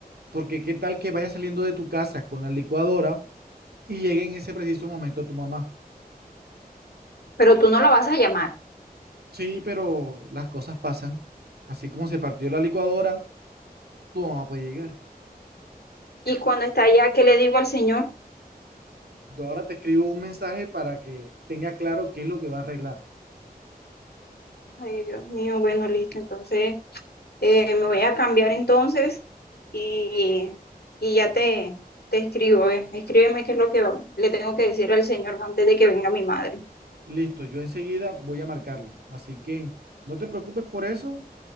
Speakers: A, on the right (about 85°); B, on the left (about 80°).
A: porque qué tal que vaya saliendo de tu casa con la licuadora y llegue en ese preciso momento tu mamá.
B: Pero tú no la vas a llamar.
A: Sí, pero las cosas pasan. Así como se partió la licuadora, tu mamá puede llegar.
B: Y cuando está allá, ¿qué le digo al señor?
A: Yo ahora te escribo un mensaje para que tenga claro qué es lo que va a arreglar.
B: Ay, Dios mío, bueno, listo, entonces. Eh, me voy a cambiar entonces y, y ya te, te escribo. eh. Escríbeme qué es lo que va- le tengo que decir al señor antes de que venga mi madre.
A: Listo, yo enseguida voy a marcarle. Así que no te preocupes por eso,